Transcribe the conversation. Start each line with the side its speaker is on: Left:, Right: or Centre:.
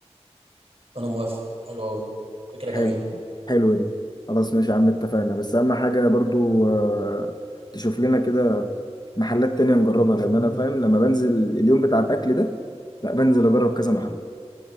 Right: انا موافق حلو قوي فكره
Left: حلو
Right: جميله
Left: حلوة دي خلاص ماشي يا عم اتفقنا بس اهم حاجة برضو آه، تشوف لنا كده محلات تانية نجربها لان انا فاهم لما بنزل اليوم بتاع الاكل ده لا بنزل اجرب كذا محل